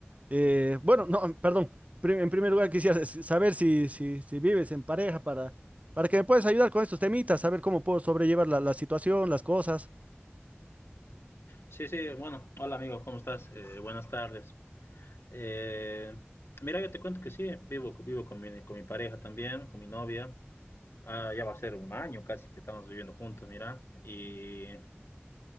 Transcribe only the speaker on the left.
Sí, sí, bueno, hola amigo, ¿cómo estás? Eh, buenas tardes. Eh, mira, yo te cuento que sí, vivo, vivo con mi, con mi pareja también, con mi novia. Ah, ya va a ser un año casi que estamos viviendo juntos, mira. Y a